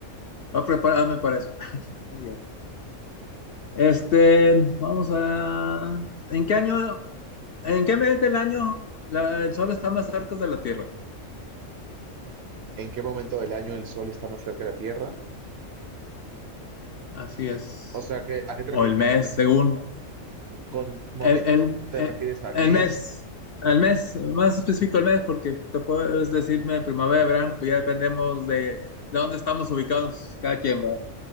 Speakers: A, on the left (about 60°); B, on the right (about 55°).
A: Voy a prepararme para eso. <laughs> Muy bien. Este, vamos a... ¿En qué año, en qué mes del año la- el sol está más cerca de la Tierra?
B: ¿En qué momento del año el sol está más cerca de la Tierra?
A: Así es.
B: O sea, ¿qué- ¿a qué te
A: O
B: refieres
A: el mes,
B: con
A: según.
B: Con momento
A: El, el,
B: te
A: el-
B: refieres al
A: el
B: mes.
A: mes, el mes, más específico el mes, porque te puedes decirme primavera, verano, pues ya dependemos de, de dónde estamos ubicados cada quien, va.